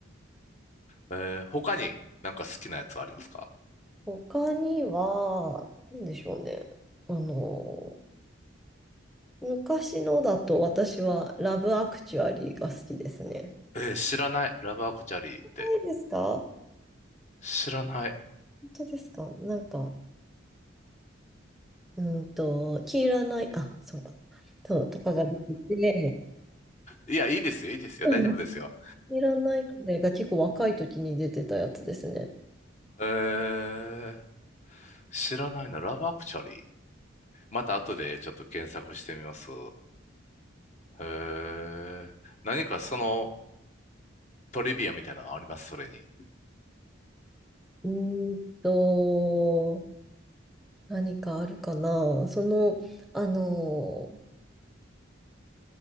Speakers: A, on the left; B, in the centre.
A: えー、他になんか好きなやつはありますか
B: 他には、なんでしょうね。あの、昔のだと私はラブアクチュアリーが好きですね。
A: えー、知らない。ラブアクチャリーって。
B: ないですか
A: 知らない。
B: 本当ですかなんか、うーんと、黄色ない、あ、そうだ。そう、とかが出てて、
A: いや、いいですよ、いいですよ。
B: うん黄
A: 大丈夫ですよ。
B: 色ない彼が結構若い時に出てたやつですね。
A: えー、知らないの。ラブアクチャリー。また後でちょっと検索してみます。えー、何かそのトリビアみたいなのありますそれに。
B: うーんと、何かあるかなその、あの、